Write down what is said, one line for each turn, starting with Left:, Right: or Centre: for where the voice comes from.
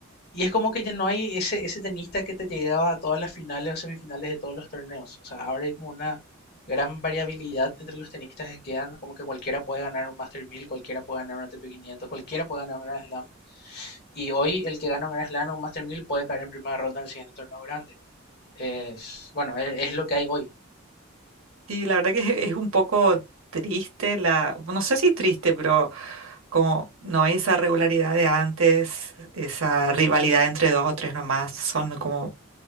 Left: y es como que ya no hay ese, ese tenista que te llegaba a todas las finales o semifinales de todos los torneos. O sea, ahora hay como una gran variabilidad entre los tenistas que quedan, como que cualquiera puede ganar un Master mil cualquiera puede ganar un ATP quinientos cualquiera puede ganar un Grand Slam. Y hoy el que gana un Grand Slam o un Master 1000 puede caer en primera ronda en el siguiente torneo grande. Es, bueno, e- es, lo que hay hoy,
Right: Sí, la verdad que es es un poco triste, la... no sé si triste, pero como no hay esa regularidad de antes, esa rivalidad entre dos o tres nomás, son como